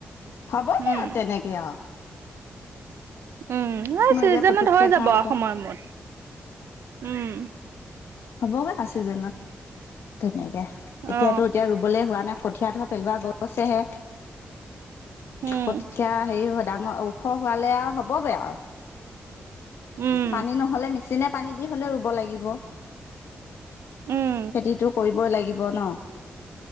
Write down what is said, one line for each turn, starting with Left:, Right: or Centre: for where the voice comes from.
Left: হ'ব
Right: উম
Left: দিয়া তেনেকে অহ।
Right: উম এই চিজনত
Left: এতিয়া পুতুককে
Right: হৈ যাব
Left: ধৰা হ'ব
Right: অসময়মত। উম,
Left: হ'বগে আছে যেনো ধুনীয়াকে।
Right: অ
Left: এতিয়াতো এতিয়া ৰুবলে হোৱা নাই। কঠীয়া ধৰ পেলোৱা গৈছেহে।
Right: উম
Left: কঠীয়া হেৰি হয়, ডাঙৰ ওখ হোৱালে আও হ'বগে আও।
Right: উম
Left: পানী নহ'লে মি চিনে পানী দি হলেও ৰুব লাগিব।
Right: উম
Left: খেতিটো কৰি। বই লাগিব ন,